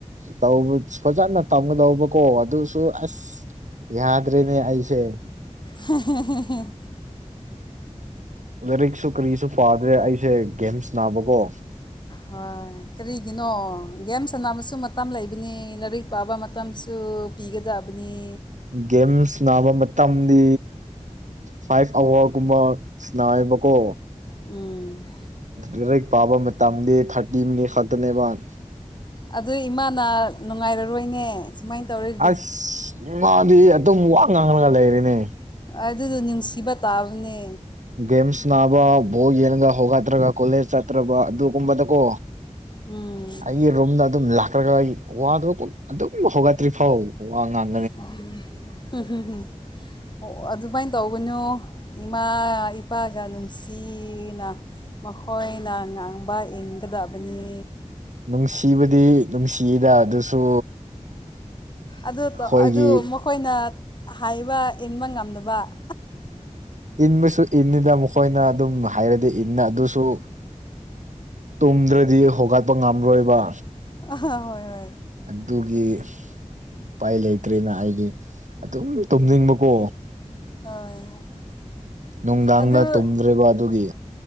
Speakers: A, on the right; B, on the left.
A: ꯇꯧꯕ ꯐꯖꯅ ꯇꯝꯒꯗꯧꯕꯀꯣ ꯑꯗꯨꯁꯨ ꯑꯁ! ꯌꯥꯗ꯭ꯔꯦꯅꯦ ꯑꯩꯁꯦ
B: ꯍꯦꯍꯦꯍꯦꯍꯦ
A: ꯂꯥꯏꯔꯤꯛꯁꯨ ꯀꯔꯤꯁꯨ ꯄꯥꯗ꯭ꯔꯦ ꯑꯩꯁꯦ ꯒꯦꯝ ꯁꯅꯥꯕꯀꯣ꯫
B: ꯍꯣꯏ ꯀꯔꯤꯒꯤꯅꯣ ꯒ꯭ꯦꯝ ꯁꯥꯟꯅꯕꯁꯨ ꯃꯇꯝ ꯂꯩꯕꯅꯤ ꯂꯥꯏꯔꯤꯛ ꯄꯥꯕ ꯃꯇꯝꯁꯨ ꯄꯤꯒꯗꯕꯅꯤ
A: ꯒꯦꯝꯁ ꯅꯥꯕ ꯃꯇꯝꯗꯤ ꯐꯥꯏꯚ ꯑꯋꯥꯔꯒꯨꯝꯕ ꯁꯅꯥꯏꯕꯀꯣ꯫
B: ꯎꯝ
A: ꯂꯔꯤꯛ ꯄꯥꯕ ꯃꯇꯝꯗ ꯊꯥꯔꯇꯤ ꯃꯤꯅꯤꯠ ꯈꯛꯇꯅꯦꯕꯟ
B: ꯑꯗꯨ ꯏꯃꯥꯅ ꯅꯨꯡꯉꯥꯏꯔꯔꯣꯏꯅꯦ! ꯁꯨꯃꯥꯏ ꯇꯧꯔꯦ
A: ꯑꯁ ꯃꯥꯗꯤ ꯑꯗꯨꯝ ꯋꯥ ꯉꯥꯡꯉꯒ ꯂꯩꯔꯤꯅꯦ
B: ꯑꯗꯨꯗꯣ ꯅꯨꯡꯁꯤꯕ ꯇꯥꯕꯅꯦ꯫
A: ꯒꯝꯁ ꯁꯅꯥꯕ ꯕꯣꯜ ꯌꯦꯡꯉꯒ ꯍꯧꯒꯠꯗ꯭ꯔꯒ ꯀꯣꯂꯦꯖ ꯆꯠꯇ꯭ꯔꯕ ꯑꯗꯨꯒꯨꯝꯕꯗ ꯀꯣ
B: ꯎꯝ
A: ꯑꯩꯒꯤ ꯔꯨꯝꯗ ꯑꯗꯨꯝ ꯂꯥꯛꯈ꯭ꯔꯒ ꯑꯩ ꯋꯥꯗꯨ ꯑꯗꯨꯝ ꯍꯧꯒꯠꯇ꯭ꯔꯤ ꯐꯥꯎ ꯋꯥ ꯉꯥꯡ
B: ꯎꯝ ꯍꯨꯝꯍꯨꯝꯍꯨꯝ ꯑꯣ ꯑꯗꯨꯃꯥꯏꯅ ꯇꯧꯒꯅꯨ ꯏꯃꯥ ꯏꯄꯥꯒ ꯅꯨꯡꯁꯤꯅ ꯃꯈꯣꯏꯅ ꯉꯥꯡꯕ ꯏꯟꯒꯗꯕꯅꯦ
A: ꯅꯨꯡꯁꯤꯕꯗꯤ ꯅꯨꯡꯁꯤꯗ ꯑꯗꯨꯁꯨ
B: ꯑꯗꯨ
A: ꯑꯩꯈꯣꯏꯒꯤ
B: ꯇꯧ ꯑꯗꯨ ꯃ ꯈꯣꯏꯅ ꯍꯥꯏꯕ ꯏꯟꯕ ꯉꯝꯗꯕ ꯫
A: ꯏꯟꯕꯁꯨ ꯏꯟꯅꯤꯗ ꯃꯈꯣꯏꯅ ꯑꯗꯨꯝ ꯍꯥꯏꯔꯗꯤ ꯏꯟꯅ ꯑꯗꯨꯁꯨ ꯇꯨꯝꯗ꯭ꯔꯗꯤ ꯍꯧꯒꯠꯄ ꯉꯝꯔꯣꯏꯕ
B: ꯑꯍ ꯍꯣꯏ ꯍꯣꯏ
A: ꯑꯗꯨꯒꯤ ꯎꯄꯥꯏ ꯂꯩꯇ꯭ꯔꯦꯅ ꯑꯩꯗꯤ ꯑꯗꯨꯝ ꯇꯨꯝꯅꯤꯡꯕꯀꯣ
B: ꯍꯣꯏ
A: ꯅꯨꯡꯗꯥꯡꯅ
B: ꯑꯗꯨ
A: ꯇꯨꯝꯗ꯭ꯔꯦꯕ ꯑꯗꯨꯒꯤ